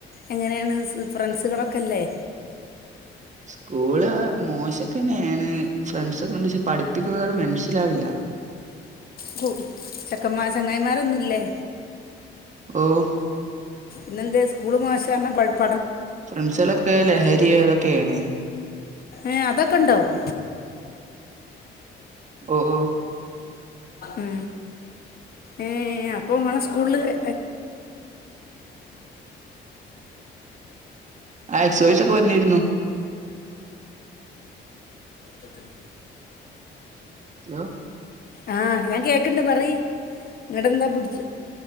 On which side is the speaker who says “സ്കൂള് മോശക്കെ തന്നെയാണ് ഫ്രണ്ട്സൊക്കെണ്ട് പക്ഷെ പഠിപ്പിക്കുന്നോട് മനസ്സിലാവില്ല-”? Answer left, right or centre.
Right